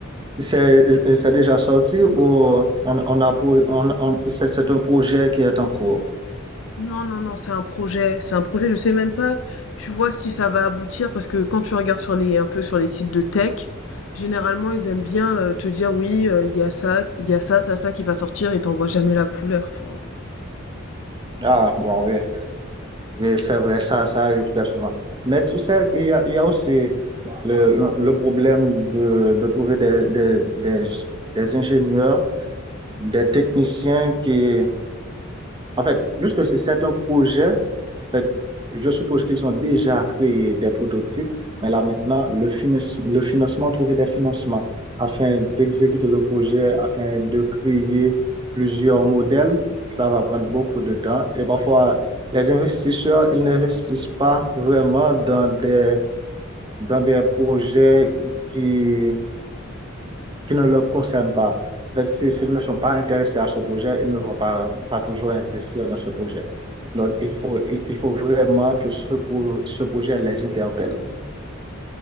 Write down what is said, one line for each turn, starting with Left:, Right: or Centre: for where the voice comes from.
Right: C'est, c'est déjà sorti ou on, on a, pour- on, on- c'est c'est un projet qui est en cours?
Left: Non, non, non, c'est un projet, c'est un projet. Je sais même pas, tu vois, si ça va aboutir parce que quand tu regardes sur les un peu sur les sites de tech, généralement ils aiment bien euh, te dire oui, euh, il y a ça, il y a ça, ça, ça qui va sortir et t'en vois jamais la couleur. enfin,
Right: Ah, bon, oui, oui, c'est vrai, ça, ça arrive très souvent. Mais tu sais, il y a, il y a aussi le, le problème de, de trouver des, des, des, des ingénieurs, des techniciens qui, en fait, juste que c'est c'est un projet Fait, je suppose qu'ils ont déjà créé des prototypes, mais là maintenant, le finance- le financement, trouver des financements afin d'exécuter le projet, afin de créer plusieurs modèles, ça va prendre beaucoup de temps. Et parfois, les investisseurs, ils n'investissent pas vraiment dans des, dans des projets qui, qui ne leur concernent pas. si- S'ils ne sont pas intéressés à ce projet, ils ne vont pas, pas toujours investir dans ce projet. Donc, il faut, il, il faut vraiment que ce, pro- ce projet les interpelle.